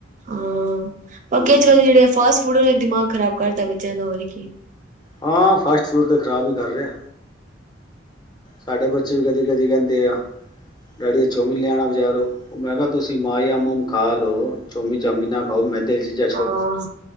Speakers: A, on the right; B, on the left.
A: ਹਾਂ ਬਾਕੀ
B: ਹੂੰ
A: ਅੱਜ-ਕੱਲ ਦੇ ਜੇੜੇ ਫਾਸਟ ਫੂਡ ਨੇ ਦਿਮਾਗ ਖ਼ਰਾਬ ਕਰਤਾ ਬੱਚਿਆਂ ਦਾ ਹੋਰ ਕੀ।
B: ਹਾਂ, ਫਾਸਟ ਫੂਡ ਤੇ ਖ਼ਰਾਬ ਈ ਕਰ ਰਿਹਾ। ਸਾਡੇ ਬੱਚੇ ਵੀ ਕਦੀ-ਕਦੀ ਕਹਿੰਦੇ ਆ, ਡੈਡੀ <unintelligible> ਵੀ ਲਿਆਣਾ ਬਜ਼ਾਰੋ। ਮੈਂ ਕਿਹਾ ਤੁਸੀਂ ਮਾਈਆ ਮਮ ਖਾ ਲ ਲੋ ਚਮੀ ਚਾਮੀ ਨਾ ਖਾਓ ਮੈਂਦੇ ਦੀਆਂ ਚੀਜਾਂ
A: ਆਹ,